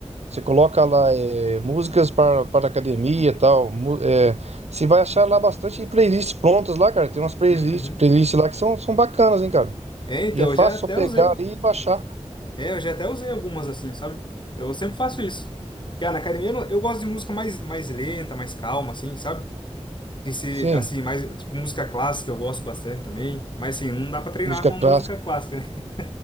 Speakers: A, on the right; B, on the left.
A: você coloca lá é, músicas para, para academia e tal. mu- É, você vai achar lá bastante playlists prontas lá, cara. Tem umas playlists,
B: Uhum.
A: playlists lá que são, são bacanas, hein, cara.
B: É, então,
A: E é fácil
B: eu já até
A: só pegar
B: usei.
A: ali e baixar.
B: É, eu já até usei algumas assim, sabe? Eu sempre faço isso. Cara, na academia eu, não- eu gosto de música mais, mais lenta, mais calma, assim, sabe? Que se,
A: Sim,
B: assim, mais, tipo, música clássica eu gosto bastante também. Mas, assim, não dá pra treinar
A: música
B: com uma
A: clássica.
B: música clássica, né?